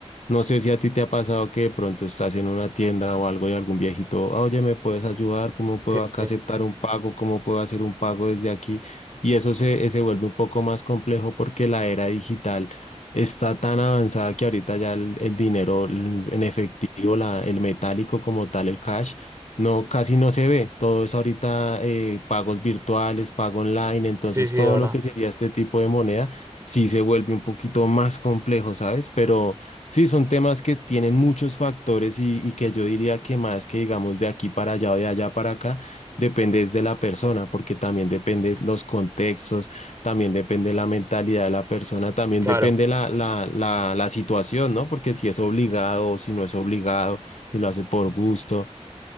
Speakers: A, on the left; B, on the right.
A: no sé si a ti te ha pasado que de pronto estás en una tienda o algo y algún viejito, "Ah, oye, ¿me puedes ayudar? ¿Cómo puedo
B: Sí,
A: acá
B: sí.
A: aceptar un pago? ¿Cómo puedo hacer un pago desde aquí? Y eso se, eh, se vuelve un poco más complejo porque la era digital está tan avanzada que ahorita ya el, el dinero l- en efectivo, la, el metálico como tal, el cash, no, casi no se ve. Todo es ahorita eh, pagos virtuales, pago online, entonces
B: Sí, sí,
A: todo
B: de verdad.
A: lo que sería este tipo de moneda sí se vuelve un poquito más complejo, ¿sabes? Pero... Sí, son temas que tienen muchos factores y, y que yo diría que más que digamos de aquí para allá o de allá para acá, depende es de la persona, porque también depende los contextos, también depende la mentalidad de la persona, también
B: Claro,
A: depende la, la, la, la situación, ¿no? Porque si es obligado o si no es obligado, si lo hace por gusto,